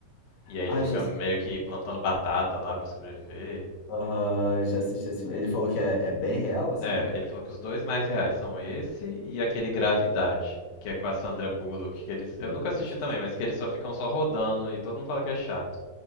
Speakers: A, on the left (about 85°); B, on the left (about 60°).
A: E aí ele
B: Ah,
A: fica
B: eu já, assisti-
A: meio que plantando batata lá pra sobreviver.
B: Aham, eu já assisti esse filme. Ele falou que é, é bem real, assim?
A: É, ele falou que os dois mais reais são esse e aquele Gravidade, que é com a Sandra Bullock, que eles. Eu
B: Meu
A: nunca
B: Deus.
A: assisti também, mas que eles só ficam só rodando e todo mundo fala que é chato.